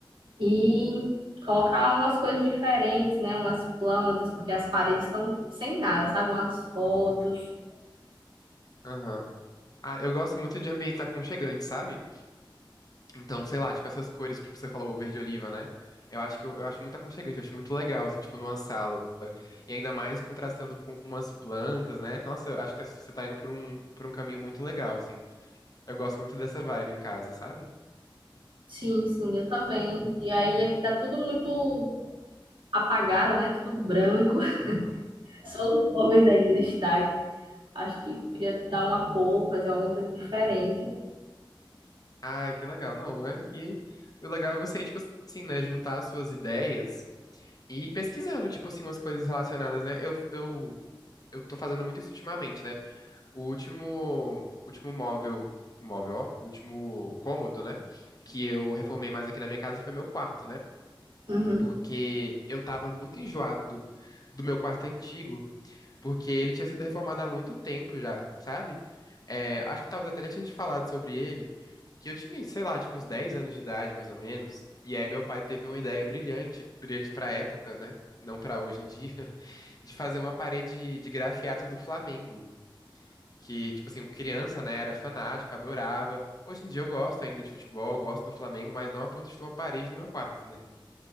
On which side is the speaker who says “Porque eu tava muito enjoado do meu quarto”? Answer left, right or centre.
Left